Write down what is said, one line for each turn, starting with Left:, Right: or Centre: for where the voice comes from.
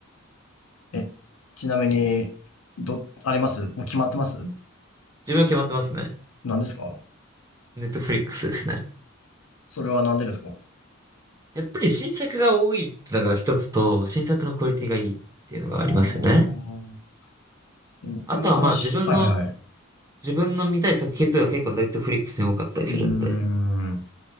Left: え、ちなみに、ど、ありますもう決まってます
Right: 自分は決まってますね。
Left: 何ですか
Right: ネットフリックスですね。
Left: それは何でですかあ
Right: やっぱり新作が多いってのが一つと、新作のクオリティがいいっていうのがありますよね。
Left: あー、僕もそのし、
Right: あとはまあ自分の、
Left: はいはいはい。
Right: 自分の見たい作品とか結構ネットフリックスに多かったりするんで。
Left: うーん、う